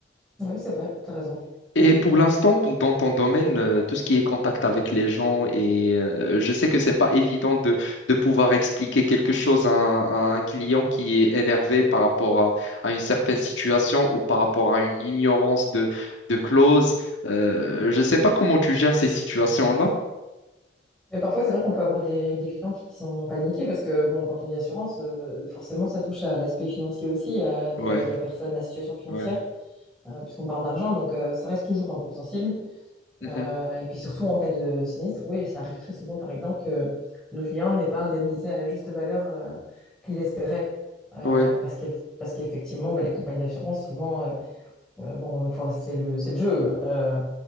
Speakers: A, in the centre; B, on the left.
A: Oui, c'est vrai, t'as raison.
B: Et pour l'instant, dans ton domaine, euh, tout ce qui est contact avec les gens, et euh, je sais que c'est pas évident de, de pouvoir expliquer quelque chose à un, à un client qui est énervé par rapport à, à une certaine situation ou par rapport à une ignorance de, de clause. Euh, je sais pas comment tu gères ces situations-là.
A: Mais parfois, c'est vrai qu'on peut avoir des, des clients qui sont paniqués parce que, bon, quand on dit assurance, euh, forcément, ça touche à l'aspect financier aussi, à de
B: Ouais,
A: la, de la personne, la situation financière,
B: ouais.
A: euh, puisqu'on parle d'argent, donc euh, ça reste toujours un peu sensible.
B: Mhm.
A: Euh, et puis surtout en cas de sinistre, oui, ça arrive très souvent, par exemple, que le client n'est pas indemnisé à la juste valeur euh, qu'il espérait. Euh,
B: Ouais,
A: parce que, parce qu'effectivement, ben, les compagnies d'assurance, souvent, euh, euh, bon, enfin, c'est le, c'est le jeu. euh,